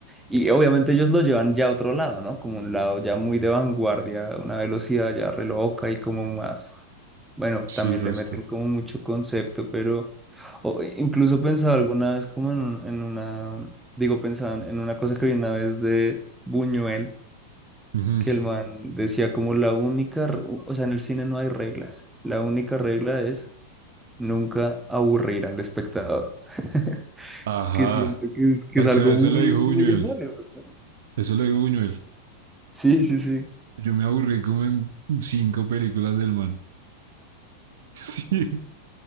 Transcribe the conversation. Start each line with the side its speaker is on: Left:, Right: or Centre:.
Centre: y obviamente ellos lo llevan ya a otro lado, ¿no? Como un lado ya muy de vanguardia, una velocidad ya re loca y como más, bueno,
Right: sí,
Centre: también
Right: resta.
Centre: le meten como mucho concepto, pero o i- incluso pensaba alguna vez como en, un- en una, digo, pensaba en en una cosa que vi una vez de... Buñuel,
Right: Ujú,
Centre: que el man decía como la única, r- u- o sea, en el cine no hay reglas, la única regla es nunca aburrir al espectador, <laughs>
Right: Ajá,
Centre: que siento que es, que
Right: o
Centre: es algo
Right: sea, eso
Centre: muy,
Right: lo dijo Buñuel,
Centre: muy de Hollywood. ¿no?
Right: eso lo dijo Buñuel.
Centre: Sí, sí, sí,
Right: Yo me aburrí como en cinco películas del man. <laughs> Sí.